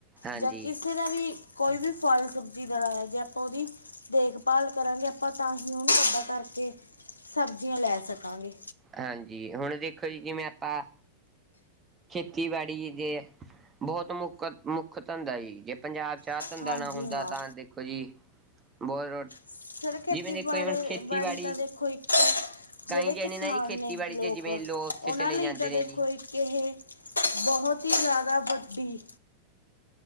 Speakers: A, on the right; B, on the left.
A: ਹਾਂਜੀ
B: ਜਾਂ ਕਿਸੇ ਵੀ ਕੋਈ ਵੀ ਫਲ ਸਬਜ਼ੀ ਦਾ ਲਾਇਆ ਜੇ ਆਪਾਂ ਉਹਦੀ ਦੇਖਭਾਲ ਕਰਾਂਗੇ ਆਪਾਂ ਤਾਂ ਹੀ ਉਹਨੂੰ ਵਡਾ ਕਰਕੇ ਸਬਜ਼ੀਆਂ ਲੈ ਸਕਾਂਗੇ।
A: ਹਾਂਜੀ, ਹੁਣ ਵੇਖੋ ਜੀ ਜਿਵੇਂ ਆਪਾਂ ਖੇਤੀਬਾੜੀ ਦੇ ਬਹੁਤ ਮੁੱਖ ਮੁੱਖ ਧੰਦਾ ਜੀ ਜੇ ਪੰਜਾਬ 'ਚ ਆ ਧੰਦਾ
B: ਹਾਂਜੀ
A: ਨਾ ਹੁੰਦਾ
B: ਹਾਂ
A: ਤਾਂ ਦੇਖੋ ਜੀ ਬਹੁਤ ਰੋ
B: ਸਰ ਖੇਤੀਬਾੜ
A: ਜਿਵੇਂ ਦੇਖੋ ਜੀ ਹੁਣ ਖੇਤੀਬਾੜੀ
B: ਬਾੜੀ ਤਾਂ ਦੇਖੋ ਇੱਕ ਜਿਹੜੇ
A: ਕਈ ਜਣੇ
B: ਕਿਸਾਨ
A: ਨਾ ਜੀ ਖੇਤੀਬਾੜੀ
B: ਨੇ ਲੋਕ
A: ਚ ਜਿਵੇਂ
B: ਉਹਨਾਂ
A: ਲੋਸ ਚ ਚਲੇ
B: ਲਈ
A: ਜਾਂਦੇ
B: ਤਾਂ ਦੇਖੋ
A: ਨੇ ਜੀ।
B: ਇੱਕ ਇਹ ਬਹੁਤ ਹੀ ਜ਼ਿਆਦਾ ਵੱਡੀ